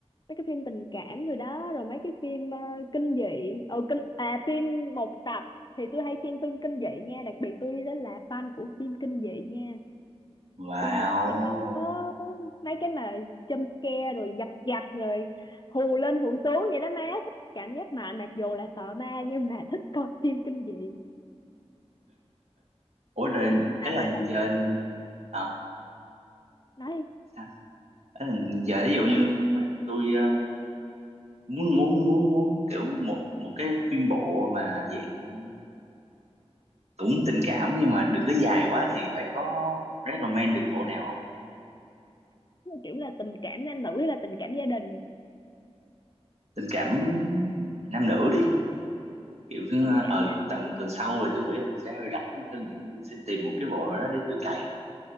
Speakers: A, on the left; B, on the right.
A: mấy cái phim tình cảm rồi đó rồi mấy cái phim ờ, kinh dị ừ kinh à phim một tập thì tôi hay xem phim kinh dị nha đặc biệt tôi đó là fan của phim kinh dị nha
B: wow.
A: phim mà phải có mấy cái mà jump scare rồi giật giật rồi hù lên hù xuống vậy đó má thích cảm giác mạnh mặc dù là sợ ma nhưng mà thích coi phim kinh dị
B: Ủa rồi ấy
A: mà
B: là
A: phải là
B: giờ à,
A: nói
B: sao? Ấy là giờ ví dụ như bạn tôi ờ, muốn muốn muốn muốn kiểu một một cái phim bộ mà dạng cũng tình cảm nhưng mà đừng có dài quá thì bạn có recommend được bộ nào không
A: kiểu là tình cảm nam nữ hay là tình cảm gia đình
B: tình cảm nam nữ đi kiểu cứ
A: tình cảm
B: ờ
A: nam
B: tầm
A: nữ
B: tuần sau rồi tôi nghĩ là tôi sẽ hơi rảnh tôi nghĩ là tôi sẽ tìm một cái bộ nào đó để tôi cày